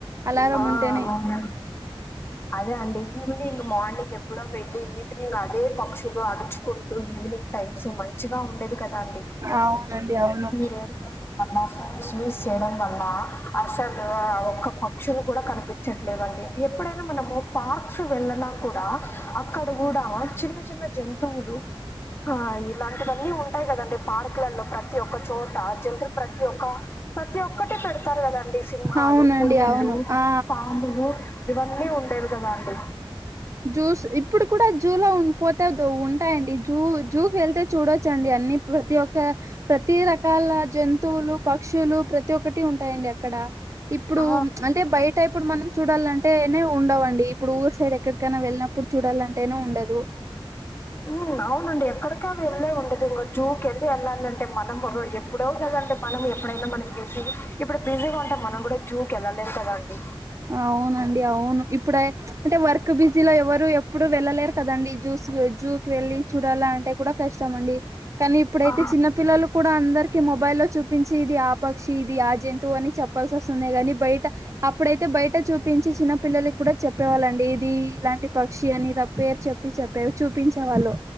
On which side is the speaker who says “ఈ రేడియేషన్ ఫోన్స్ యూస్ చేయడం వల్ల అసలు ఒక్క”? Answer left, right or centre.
Left